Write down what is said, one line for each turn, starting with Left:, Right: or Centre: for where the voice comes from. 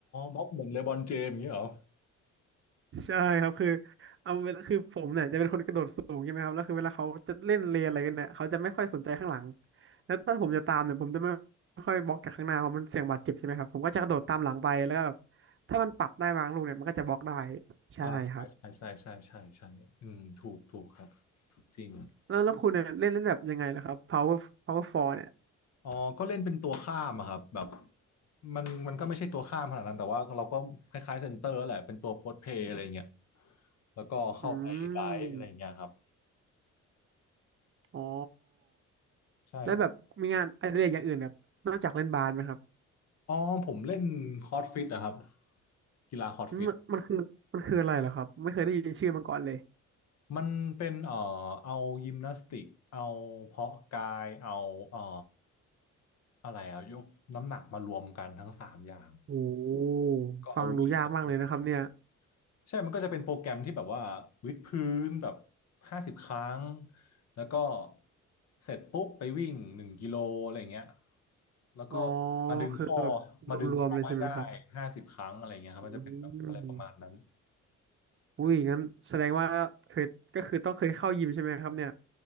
Left: บล็อกเหมือนเลบรอนเจมส์อย่างเงี้ยเหรอ
Right: ใช่ครับคือเอาเวลาคือผมเนี่ยจะเป็นคนกระโดดสูงใช่ไหมครับแล้วคือเวลาเขาจะเล่นเลนอะไรกันเนี่ยเขาจะไม่ค่อยสนใจข้างหลังแล้วถ้าผมจะตามเนี่ยผมจะไม่ค่อยบล็อกจากข้างหน้าเพราะมันเสี่ยงบาดเจ็บใช่ไหมครับผมก็จะกระโดดตามหลังไปแล้วก็แบบถ้ามันปัดได้บางลูกเนี่ยมันก็จะบล็อกได้ใช่ครับ
Left: อ่าใช่ ใช่ ใช่ใช่ใช่ใช่อืมถูกถูกครับจริง
Right: แล้วแล้วคุณเนี่ยเล่นเล่นแบบยังไงนะครับ power power four เนี่ย
Left: อ๋อ ก็เล่นเป็นตัวข้ามอะครับแบบมันมันก็ไม่ใช่ตัวข้ามขนาดนั้นแต่ว่าเราก็คล้ายๆเซนเตอร์แหละเป็นตัวโพสเพย์อะไรเงี้ยแล้วก็เข้าไปไลฟ์อะไรเงี้ยครับ
Right: อืมอ๋อ
Left: ใช่ผม
Right: แล้วแบบมีงานอดิเรกอย่างอื่นแบบนอกจากเล่นบาสไหมครับ
Left: อ๋อผมเล่นคอร์ดฟิตอะครับกีฬาคอร์ดฟิต
Right: อืมมันมันคือมันคืออะไรเหรอครับไม่เคยได้ยินชื่อมาก่อนเลย
Left: มันเป็นเอ่อเอายิมนาสติกเอาเพาะกาย เอาเอ่ออะไรอะยกน้ำหนักมารวมกันทั้งสามอย่าง
Right: โอ้
Left: ก็เอาวิ่งมารวมกัน
Right: ฟังดูยากมากเลยนะครับเนี่ย
Left: ใช่มันก็จะเป็นโปรแกรมที่แบบว่าวิดพื้นแบบห้าสิบครั้งแล้วก็เสร็จปุ๊บไปวิ่งหนึ่งกิโลอะไรอย่างเงี้ยแล้วก็
Right: อ๋อ
Left: มาดึงข้อ
Right: คือแบบ
Left: มาดึงข้อให้ได้ห้าสิบครั้งอะไรเงี้ยครับมันจะเป็นแบบอะไรประมาณนั้น
Right: รวมๆเลยใช่ไหมครับอืมอุ้ยงั้นแสดงว่าเคยก็คือต้องเคยเข้ายิมใช่ไหมครับเนี่ย